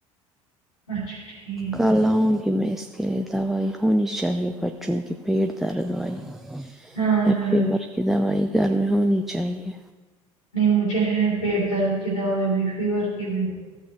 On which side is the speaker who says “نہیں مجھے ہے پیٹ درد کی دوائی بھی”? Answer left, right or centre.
Left